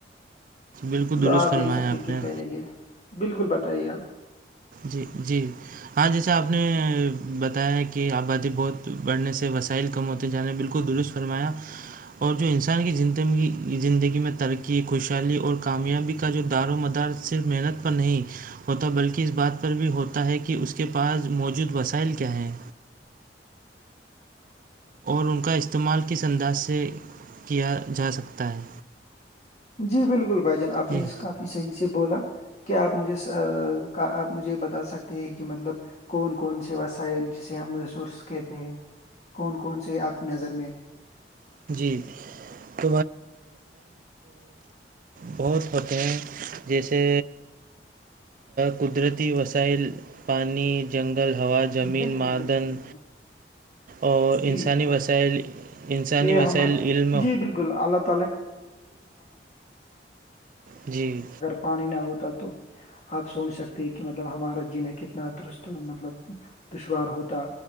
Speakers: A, on the right; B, on the left.
A: بالکل
B: مطلب
A: درست
B: آپ
A: فرمایا
B: دیکھ سکتے
A: آپ
B: کہ
A: نے
B: پہلے کے بالکل بتائیے آپ
A: جی جی ہاں جیسے آپ نے بتایا ہے کہ آبادی بہت بڑھنے سے وسائل کم ہوتے جانے بالکل درست فرمایا اور جو انسان کی زندی زندگی میں ترقی خوشحالی اور کامیابی کا جو دار و مدار صرف محنت پر نہیں ہوتا بلکہ اس بات پر بھی ہوتا ہے کہ اس کے پاس موجود وسائل کیا ہیں اور ان کا استعمال کس انداز سے کیا جا سکتا ہے
B: جی بالکل بھائی جان آپ
A: جی
B: نے کافی صحیح سے بولا کیا آپ مجھے آپ مجھے بتا سکتے ہیں کہ مطلب کون کون سے وسائل جسے ہم مرس کہتے ہیں کون کون سے آپ کی نظر میں
A: <unintelligible> بہت ہوتے ہیں جیسے قدرتی وسائل پانی جنگل ہوا زمین
B: بالکل
A: معادن
B: بالکل بھائی جان،
A: اور
B: جی
A: انسانی
B: بھائی
A: وسائل انسانی
B: یہ ہم
A: وسائل علم
B: <unintelligible>
A: جی
B: پانی نہ ہوتا تو آپ سوچ سکتے ہیں کہ مطلب ہمارا جینا کتنا درست مطلب دشوار ہوتا